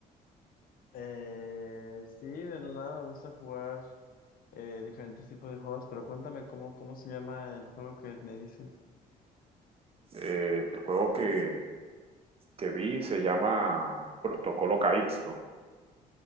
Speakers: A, on the left; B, on the right.
A: Eh, sí, de la nada me gusta jugar eh, diferentes tipos de juegos, pero cuéntame cómo, cómo se llama el juego que me dices.
B: Eh, el juego que, que vi se llama Protocolo Calixto